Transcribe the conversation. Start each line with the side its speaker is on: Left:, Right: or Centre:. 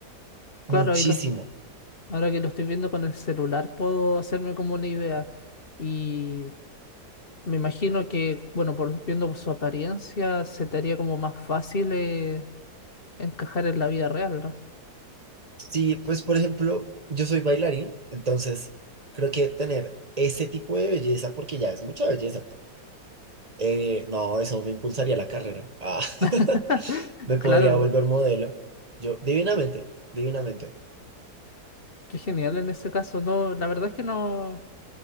Left: Claro,
Right: muchísimo.
Left: ahí los, ahora que lo estoy viendo con el celular puedo hacerme como una idea. Y Me imagino que, bueno, por, viendo por su apariencia, se te haría como más fácil eh, encajar en la vida real, ¿no?
Right: Sí, pues por ejemplo, yo soy bailarín, entonces creo que tener ese tipo de belleza, porque ya es mucha belleza, eh, no, eso me impulsaría la carrera. Ah,
Left: <laughs>
Right: <laughs> me
Left: Claro,
Right: podría volver modelo. Yo, divinamente, divinamente.
Left: qué genial en ese caso. No, la verdad es que no,